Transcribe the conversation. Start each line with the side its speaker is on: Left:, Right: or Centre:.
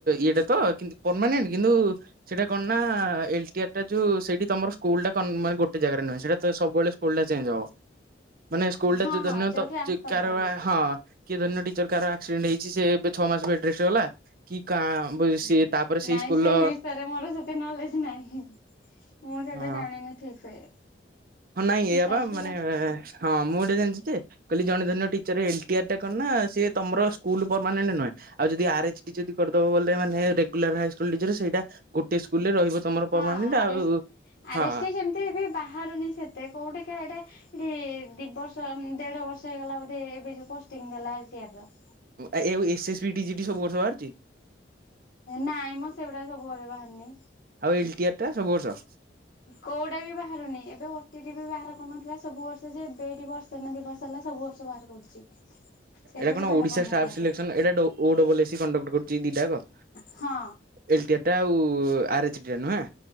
Right: ଇଟା ତ କିନ୍ତୁ ପରମାନେଣ୍ଟ କିନ୍ତୁ
Left: ହଁ
Right: ସେଇଟା କଣ ନା ଏଲ ଟି ଆର ଟା ଯୋଉ ସେଇଠି ତମର ସ୍କୁଲ ଟା କନ ମା ଗୋଟେ ଜାଗାରେ ନାହଁ ସେଟ ତ ସବୁବେଳେ ସ୍କୁଲଟା ଚେଞ୍ଜ ହବ। ମାନେ ସ୍କୁଲ
Left: ହଁ
Right: ଟା ଯ
Left: ହଁ
Right: ଧନ୍ୟ
Left: ଯୋଉ
Right: ତ
Left: ଟ୍ରାନ୍ସଫର
Right: ଯେ କାର
Left: କରିବ।
Right: ହଁ କିଏ ଧନ୍ୟ ଟିଚର କାହାର ଆକ୍ସିଡେଣ୍ଟ ହେଇଛି ସେ ଏବେ ଛଅ ମାସ ବେଡ୍ ରେଷ୍ଟ୍ ଗଲା କି କା
Left: ଓ
Right: ସିଏ ତାପରେ ସେଇ
Left: ନାଇଁ
Right: ସ୍କୁଲର
Left: ସେ ହେଇ ମୋର ସେତେ ନଲେଜ ନାହିଁ, ମୁଁ ସେଇଟା
Right: ହଁ
Left: ଜାଣିନି ଠିକ୍ ସେ।
Right: ହଁ ନାଇଁ ଏଇଆ
Left: ଜଷ୍ଟ
Right: ବା ମାନେ ହଁ ମୁଁ ଗୋଟେ ଜାଣିଛି ଯେ କଲି ଜଣେ ଧରିନିଅ ଟିଚର ଏନ୍ ଟି ଆର ଟା କଣ ନା ସିଏ ତମର ସ୍କୁଲ ପରମାନେଣ୍ଟ ନୁହେଁ। ଆଉ ଯଦି ଆର୍ ଏଚ ଡି ଯଦି କରିଦବ ବଲେ ମାନେ ରେଗୁଲାର ହାଇସ୍କୁଲ ଟିଚର ସେଇଟା ଗୋଟେ ସ୍କୁଲ ରେ ରହିବ ତମର
Left: ହଁ
Right: ପରମାନେଣ୍ଟ
Left: ଆରେଷ୍
Right: ଆଉ
Left: ଆରେ
Right: ହଁ
Left: ଷ୍ ସେମତି ଏତେ ବି ବାହାରୁନି ସେତେ କୋଉଠିକ ଏଟା ଏଠି ଦି ବର୍ ଷ ଦେଢ ବର୍ଷ ହେଇଗଲା ବୋଧେ ଏବେ ଯୋ ପୋଷ୍ଟିଙ୍ଗ ଦେଲା ଆଇ ଟି ଆର୍ ର।
Right: ଏ ୟୋ S S B T GT ସବୁ ବର୍ଷ ବାହାରଛି?
Left: ନାଇଁ ମଁ ସେଗୁଡା ସବୁବେଳେ ବାହାରିନି।
Right: ଆଉ ଏଲ୍ ଟି ଆର ଟା ସବୁ ବର୍ଷ।
Left: କୋଉଟା ବି ବାହାରିନି ଏବେ ଓଟି ଟି ବି ବାହାର କରୁନଥିଲା ସବୁ ବର୍ଷ ଯେ ଏବେ ଏଠି ବର୍ଷ ଷେ ନା ଦି ବର୍ଷ ହେଲା ସବୁ ବର୍ଷ ବାହାର କରୁଛି। ସେଇଟା
Right: ଏଇଟା କଣ
Left: ବି ବାହାର
Right: ଓଡିଶା
Left: କରୁନଥିଲା
Right: ଷ୍ଟାଫ୍ ସିଲେକ୍ସନ
Left: ଟେ
Right: ଏଇଟା ଓ ଡବଲ ଏସି କଣ୍ଡକ୍ଟ କରୁଛି ଦିଟାଙ୍କ?
Left: ହଁ।
Right: ଏଲ ଟିଆ ଟା ଆଉ-ଉ-ଉ-ଉ ଆର ଏଚ୍ ଡି ଟା ନୁହେଁ?